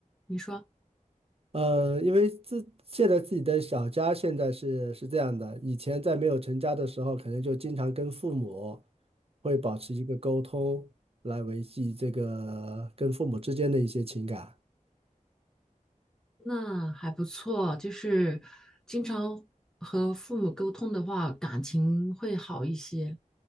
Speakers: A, in the centre; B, on the right (about 45°).
A: 你说。
B: 呃，因为自现在自己的小家现在是是这样的，以前在没有成家的时候，可能就经常跟父母会保持一个沟通，来维系这个跟父母之间的一些情感。
A: 那还不错，就是经常和父母沟通的话，感情会好一些，